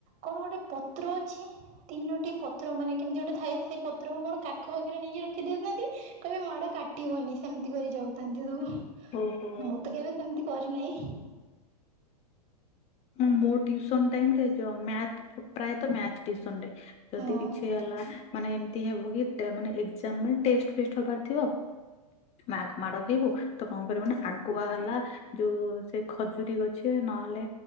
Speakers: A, on the right (about 35°); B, on the left (about 30°).
A: କଣ ଗୋଟେ ପତ୍ର ଅଛି ତିନୋଟି ପତ୍ର ମାନେ କେମିତି ଗୋଟେ ଥାଏ ସେ ପତ୍ରକୁ କଣ ପାଖ ପାଖରେ ନେଇକି ରଖିଦଉଥାନ୍ତି କହିବେ ମାଡ କାଟିବନି ସେମିତି କରି ଯାଉଥାନ୍ତି ସବୁ।
B: ଓହୋ
A: ମୁଁ ତ କେବେ ସେମିତି କରିନାହିଁ।
B: ମୋ ଟ୍ୟୁସନ ଟାଇମରେ ମ୍ୟାଥ୍ ପ୍ରାୟତଃ ମ୍ୟାଥ୍ ଟିଉସନ ରେ ଯଦି
A: ହଁ
B: କିଛି ହେଲା ମାନେ ଏ ହେବ କି ମାନେ ଏକ୍ଜାମ ରେ ଟେଷ୍ଟ ଫେଷ୍ଟ ହେବାର ଥିବ ମା କୁ ମାଡ ଖେଇବୁ ତ କଣ କରିବୁ ନା ଆଗୁଆ ହେଲା ଯୋଉ ସେ ଖଜୁରୀ ଗଛେ ନହେଲେ